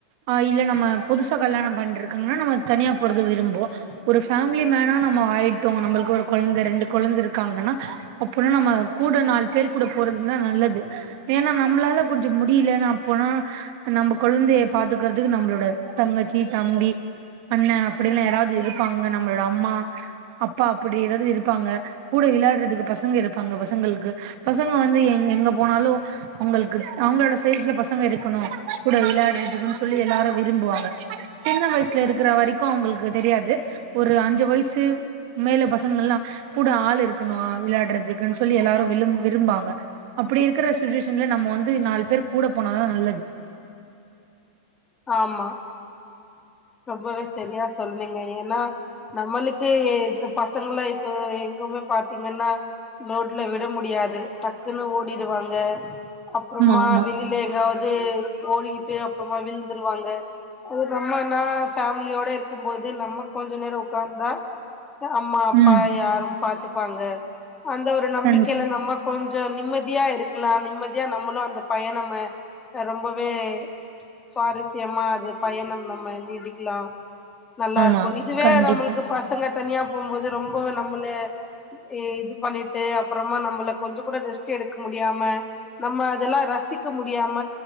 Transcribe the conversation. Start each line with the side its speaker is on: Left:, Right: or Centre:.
Right: ஆ இல்ல நம்ம புதுசா கல்யாண பண்ட்டுருக்கங்கனா நம்ம தனியா போறது விரும்புவோ ஒரு ஃபேமிலி மேனா நம்ம ஆயிட்டோ நம்மளுக்கு ஒரு கொழந்த ரெண்டு கொழந்த இருக்காங்கனா அப்பனா நம்ம அது கூட நாலு பேர் கூட போறதுன்னா நல்லது ஏன்னா நம்பளால கொஞ்சோ முடியல நா போனா நம்ப கொழந்தைய பாத்துக்கறதுக்கு நம்பளோட தங்கச்சி, தம்பி, அண்ணே அப்டி எல்லா யாராவது இருப்பாங்க நம்பளோட அம்மா அப்பா அப்படி ஏதாவது இருப்பாங்க கூட விளாடறதுக்கு பசங்க இருப்பாங்க பசங்களுக்கு பசங்க வந்து எ எங்க போனாலு அவங்களுக்கு அவங்களோட சைஸ்ல பசங்க இருக்கணு கூட விளையாடுறதுக்கனு சொல்லி எல்லாரு விரும்புவாங் க சின்ன வயசுல இருக்கிற வரைக்கு அவங்களுக்கு தெரியாது ஒரு அஞ்சு வயசு உம்மேல பசங்கல்லா கூட ஆள் இருக்கணு விளாடுறதுக்குன்னு சொல்லி எல்லாரு விழும் விரும்பாங்க அப்படி இருக்கிற சுச்சுவேஷன்ல நம்ம வந்து நாலு பேர் கூட போனதா நல்லது
Left: ஆமா ரொம்பவே சரியா சொன்னீங்க ஏன்னா நம்மளுக்கு இப்ப பசங்களா இப்ப எங்கமே பாத்தீங்கன்னா ரோட்ல விட முடியாது டக்குன்னு ஓடிடுவாங்க அப்பறமா
Right: ஆமா ஆமா
Left: வெளிய எங்காவது ஓடிக்கிட்டு அப்பறமா விழுந்துருவாங்க அது நம்ம நா ஃபேமிலியோட இருக்கும்போது நம்ம கொஞ்ச நேர உக்காந்தா அம்மா அப்பா
Right: ம்
Left: யாரு பாத்துப்பாங்க அந்த ஒரு நம்பிக்கையில
Right: கண்
Left: நம்ம கொஞ்ச நிம்மதியா இருக்கலா நிம்மதியா நம்மளு அந்த பயணம ரொம்பவே சுவாரஸ்யமா அது பயணம் நம்ம நீடிக்கலா நல்லாருக்கு
Right: ஆமா
Left: இதுவே
Right: கண்டிப்பா
Left: நம்மளுக்கு பசங்க தனியா போம்போது ரொம்ப நம்மள ஏ இது பண்ணிட்டு அப்பறமா நம்மளை கொஞ்ச கூட ரெஸ்ட் எடுக்க முடியாம நம்ம அதெல்லா ரசிக்க முடியாம